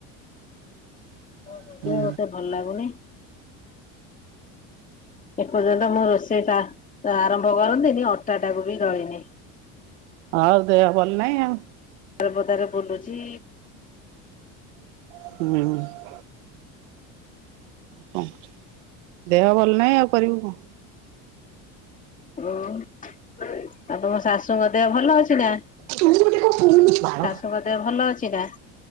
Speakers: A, on the left (about 20°); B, on the right (about 85°).
A: <unintelligible>
B: ହୁଁ
A: ଦେହଟେ ଭଲ ଲାଗୁନି। ଏପର୍ଯ୍ୟନ୍ତ ମୁଁ ରୋଷେଇଟା ଆରମ୍ଭ କରନ୍ତିନି ଅଟା ଟାକୁ ବି ଦଳିନି।
B: ହଉ ଦେହ ଭଲ ନାଇଁ ଆଉ।
A: ତାରପଦାରେ ବୋଲୁଚି
B: ହ୍ନୁ କଣ <unintelligible> ଦେହ ଭଲ ନାହିଁ ଆଉ କରିବୁ କଅଁ?
A: ହଁ <unintelligible> ଆଉ ତମ ଶାଶୁଙ୍କ ଦେହ ଭଲ ଅଛି ନାଁ,
B: ତୁ ଗୋଟେ କଣ କହୁନୁ ବାଳ
A: ଶାଶୁଙ୍କ ଦେହ ଭଲ ଅଛି ନାଁ?